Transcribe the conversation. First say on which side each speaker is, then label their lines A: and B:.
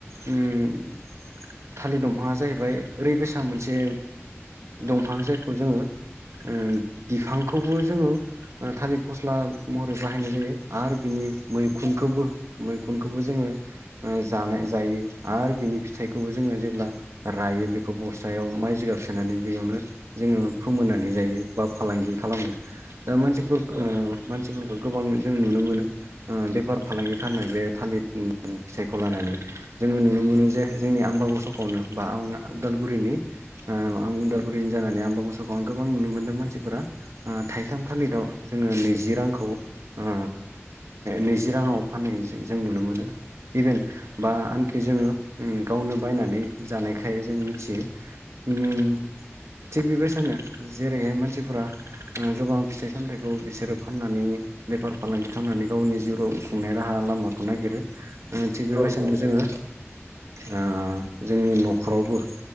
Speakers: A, on the right; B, on the right.
A: उम। थालिर दंफाङा जाहैबाय ओरै बेसाद मोनसे दंफां जायखौ जोंङो अम बिफांखौबो जोंङो थालिर फस्ला महरै बाहायनाय जायो आरो बिनि मैखुनखौबो मैखुनखौबो जोंङो जानाय जायो आरो बिनि फिथाइखौबो जोंङो जेब्ला रायो बेखौ बस्थायाव माइ जिगाब सोनानै बेयावनो जोंङो फोमोननानै जायो बा फालांगि खालामो दा मानसि
B: औ
A: मानसिफोरखौ गोबां जों नुनो मोनो बेफार फालांगि खालामनाय बे थालिर फिथाइखौ लानानै जोंङो नुनो मोनो जे जोंनि आमबाबग सखावनो बा आं उदालगुरिनि आं उदालगुरिनि जानानै आंबो मसखौ आं गोबां नुनो मोन्दों मानसिफोरा थाइथाम थालिराव जोंङो नैजि रांखौै ओ नै जि राङाव फाननाय जों नुनो मोनो इभेन बा ओनखि जोंङो अम गावनो बायनानै जानायखाय जों मिथियो थिग बेबायसानो जेरैहाय मानसिफोरा गोबां फि सामथाइखौ बिसोरो फाननानै बेफार फालांगि खामनानै गावनि जिउ राव खुंनाय राहा लामाखौ नागिरो थिग
B: औ
A: बेबायसानो
B: औ
A: जोंङो
B: नोंथां
A: जोंनि न'खरावबो